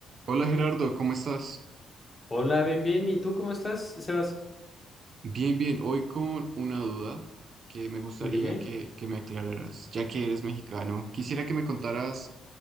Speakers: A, on the right; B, on the left.
A: Hola Gerardo, ¿cómo estás?
B: Hola, bien, bien. ¿Y tú cómo estás, Sebas?
A: Bien, bien. Hoy con una duda que me gustaría
B: Dime.
A: que, que me aclararas, ya que eres mexicano. Quisiera que me contaras